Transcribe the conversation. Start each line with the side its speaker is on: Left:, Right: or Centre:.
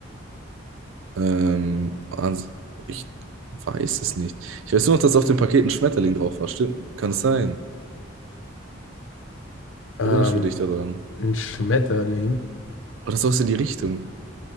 Right: ähm, ans- ich weiß es nicht. Ich weiß nur noch, dass auf dem Paket ein Schmetterling drauf war. Stimmt, kann es sein?
Left: ähm,
Right: Erinnerst du dich daran?
Left: ein Schmetterling.
Right: Oder sowas in die Richtung.